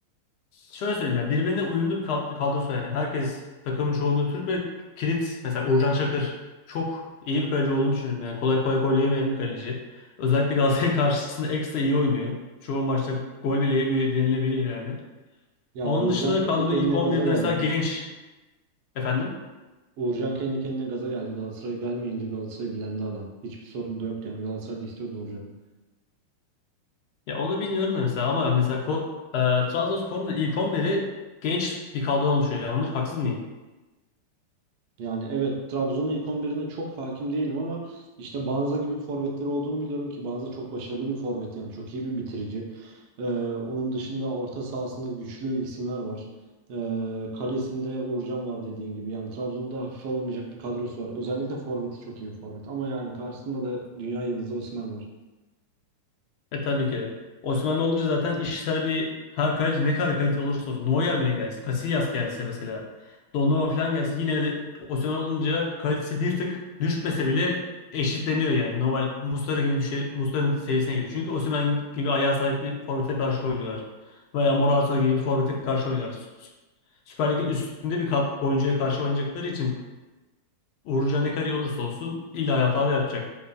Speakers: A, on the left; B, on the right.
A: Şöyle söyleyeyim ya birbirine uyumlu bir kad- kadrosu yani. Herkes takımın çoğunluğu Türk ve kilit mesela Uğurcan Çakır çok iyi bir kaleci olduğunu düşünüyorum. Yani kolay kolay gol yemeyen bir kaleci. Özellikle Galatasaray <laughs> karşısında ekstra iyi oynuyor. Çoğu maçta gol bile yemiyor denilebilir yani.
B: Ya
A: Onun
B: Uğurcan
A: dışında
B: kendi
A: da kadroda
B: kendine
A: ilk 11'de
B: gaza geldi.
A: mesela genç efendim.
B: Uğurcan kendi kendine gaza geldi. Galatasaray gelmeyince Galatasaray bilendi adam. Hiçbir sorun da yoktu yani Galatasaray da istiyordu Uğurcan'ı.
A: Ya onu bilmiyorum da mesela ama mesela Ko- e, Trabzonspor'un da ilk 11'i genç bir kadrodan oluşuyor. Yanlış haksız mıyım?
B: Yani evet Trabzon'un ilk 11'ine çok hakim değilim ama işte Banza gibi bir forvetleri olduğunu biliyorum ki Banza çok başarılı bir forvet yani çok iyi bir bitirici. Ee, onun dışında orta sahasında güçlü isimler var. Ee, kalesinde Uğurcan var dediğin gibi yani Trabzon'da hafife alınmayacak bir kadrosu var. Özellikle forveti çok iyi bir forvet ama yani karşısında da dünya yıldızı Osimhen var.
A: E tabii ki de. Osimhen olunca zaten iş sana bir her kaleci ne kadar kalite olursa olsun. Neuer bile gelse. Casillas gelse mesela. Donnarumma falan gelse. Yine de Osimhen olunca kalitesi bir tık düşmese bile eşitleniyor yani. Normal Muslera gibi düşe, Muslera'nın seviyesine geliyor. Çünkü Osimhen gibi ayağa sahip bir forvete karşı oynuyorlar. Veya Morata gibi bir forvete karşı oynuyorlar. Sü- Sü- Süper Lig'in üstünde bir kat oyuncuya karşı oynayacakları için Uğurcan ne kadar iyi olursa olsun illa hata da yapacak.